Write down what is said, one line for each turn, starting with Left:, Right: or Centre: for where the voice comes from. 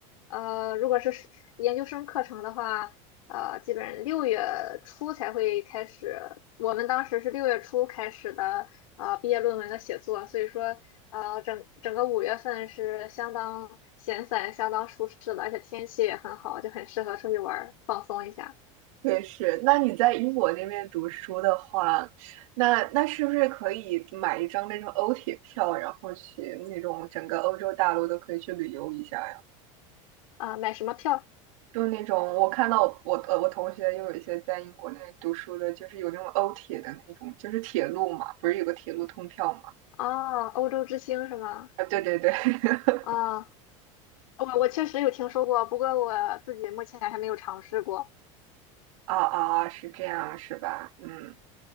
Left: 呃，如果是是研究生课程的话，呃，基本六月初才会开始。我们当时是六月初开始的呃毕业论文的写作，所以说呃整整个五月份是相当闲散、相当舒适的，而且天气也很好，就很适合出去玩儿放松一下。
Right: 也是，那你在英国那边读书的话，那那是不是可以买一张那种欧铁票，然后去那种整个欧洲大陆都可以去旅游一下呀？
Left: 啊、买什么票？
Right: 就那种我看到我我呃我同学又有一些在英国那边读书的，就是有那种欧铁的那种，就是铁路嘛，不是有个铁路通票嘛？
Left: 哦，欧洲之星是吗？
Right: 啊，对对对，<laughs>
Left: 啊、我我确实有听说过，不过我自己目前还没有尝试过。
Right: 哦哦，是这样是吧？嗯，